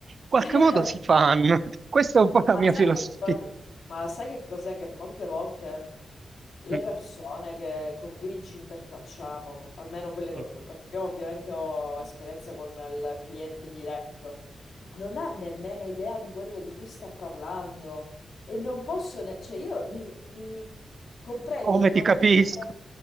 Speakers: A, on the right; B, on the left.
A: qualche
B: <laughs>
A: modo si fanno. <laughs> Questa è un po' la
B: Ma
A: mia
B: sai
A: filosofia.
B: che co- ma sai che cos'è? Che molte volte le
A: Mm,
B: persone che- con cui ci interfacciamo, almeno quelle,
A: mm.
B: co- perché io ovviamente ho esperienza con il cliente diretto, non ha nemmeno idea di quello di cui sta parlando e non posso, ne- cioè io mi, mi comprendo
A: Come
B: che
A: ti
B: non
A: capisco?
B: riesco a, tra-